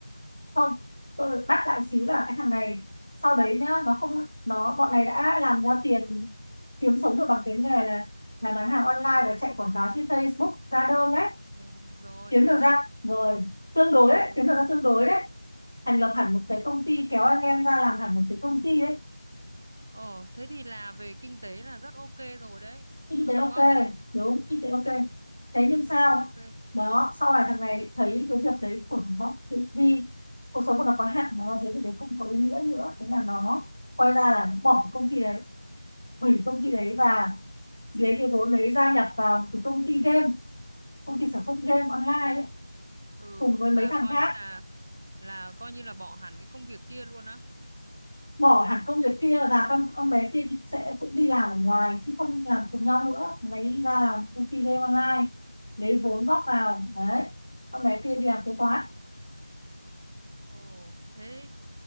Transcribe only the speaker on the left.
không tôi được bắt lại xíu là cái thằng này sau đấy nhá nó không nó bọn này đã làm ra tiền kiếm sống được bằng cái nghề là là bán hàng online và chạy quảng
cáo trên Facebook ra đơn đấy
kiếm
được
ra rồi tương đối
đấy
kiếm
được ra tương đối đấy thành lập hẳn một cái công ty kéo anh em ra làm hẳn một cái công ty đấy
kinh tế ok
đúng kinh tế ok
thế
nhưng
sao
đó sau này thằng này thấy cái việc đấy của nó vì cuộc sống của nó có hạn nó thấy việc đấy không có ý nghĩa nữa thế là nó quay ra là nó bỏ công ty đấy hủy công ty đấy và lấy cái vốn đấy gia nhập vào cái công ty game công ty sản xuất game online ấy,
cùng với
mấy thằng
khác
bỏ hẳn công việc kia và con con bé kia sẽ cũng đi làm ở ngoài chứ không làm cùng nhau nữa lấy ra làm công ty game online lấy vốn góp vào đấy con bé kia đi làm kế toán